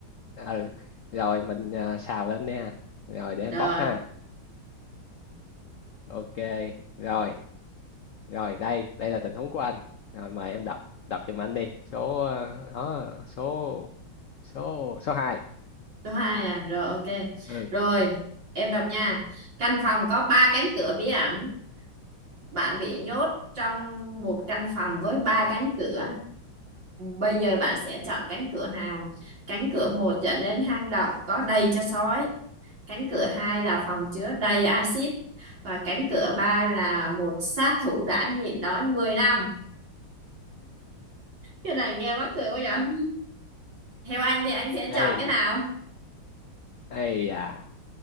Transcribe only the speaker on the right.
rồi
số hai à rồi ok
rồi em đọc nha căn phòng có ba cánh cửa bí ẩn bạn bị nhốt trong một căn phòng với ba cánh cửa bây giờ bạn sẽ chọn cánh cửa nào cánh cửa một dẫn đến hang động có đầy cho sói cánh cửa hai là phòng chứa đầy axit và cánh cửa ba là một sát thủ đã nhịn đói 10 năm cái này nghe mắc cười quá vậy theo anh thì anh sẽ
chọn cái nào